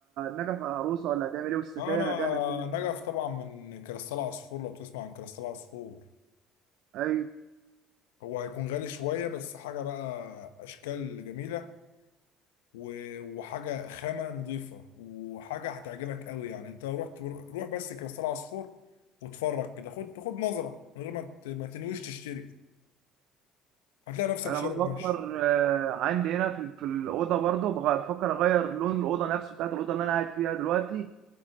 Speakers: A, on the right; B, on the left.
A: نجف على العروسه ولا هتعمل ايه والستاير
B: انا
A: هتعمل فين
B: نجف طبعا من كريستال عصفور لو تسمع عن كريستال عصفور
A: ايوه
B: هو هيكون غالي شوية بس حاجة بقى اشكال جميلة و- وحاجة خامة نظيفة وحاجة هتعجبك قوي يعني انت لو رحت روح بس كريستال عصفور واتفرج كده خد خد نظرة من غير ما ت- ما تنويش تشتري هتلاقي نفسك
A: انا
B: شاري
A: بفكر
B: ماشي
A: آه، عندي هنا في في الاوضه برضو بغ- بفكر اغير لون الاوضه نفسه بتاعت الاوضه اللي انا قاعد فيها دلوقتي